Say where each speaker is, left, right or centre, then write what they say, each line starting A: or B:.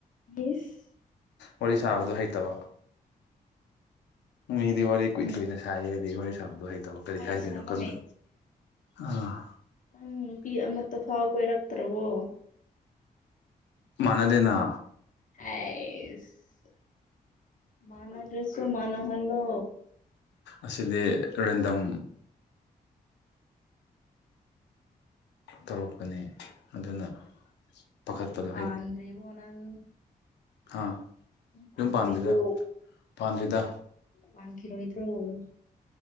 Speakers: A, on the left; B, on the left.
A: ꯏꯁ
B: ꯋꯥꯔꯤ ꯁꯥꯕꯗꯣ ꯍꯩꯇꯕ ꯃꯤꯗꯤ ꯋꯥꯔꯤ ꯀꯨꯏ ꯀꯨꯏꯅ ꯁꯥꯏꯌꯦ ꯑꯩꯗꯤ ꯋꯥꯔꯤ ꯁꯥꯕꯗꯣ ꯍꯩꯏ ꯇꯧꯕ
A: ꯅꯪ
B: ꯀꯔꯤ
A: ꯋꯥꯔꯤ
B: ꯍꯥꯏꯗꯣꯏꯅꯣ
A: ꯁꯥꯕ
B: ꯈꯪꯗ ꯑꯥ
A: ꯎꯪ ꯅꯨꯄꯤ ꯑꯃꯠꯇ ꯐꯥꯎ ꯀꯣꯏꯔꯛꯇ꯭ꯔꯕꯣ
B: ꯃꯅꯗꯅ
A: ꯑꯦꯁ ꯃꯅꯥ ꯗ꯭ꯔꯁꯨ ꯃꯅꯥ ꯍꯜꯂꯣ
B: ꯑꯁꯤꯗꯤ ꯔꯦꯟꯗꯝ ꯇꯧꯔꯛꯄꯅꯦ ꯑꯗꯨꯅ ꯄꯥꯈꯠꯄꯗꯣ
A: ꯄꯥꯟꯗ꯭ꯔꯤ ꯕꯣ ꯅꯪ
B: ꯍꯥ
A: ꯄꯥꯟꯗ꯭ꯔꯤꯕꯣ
B: ꯌꯨꯝ ꯄꯥꯟꯗꯔꯤꯗ ꯄꯥꯟꯗꯔꯤꯗ
A: ꯋꯥꯟꯈꯤꯔꯣꯏꯗꯔꯣ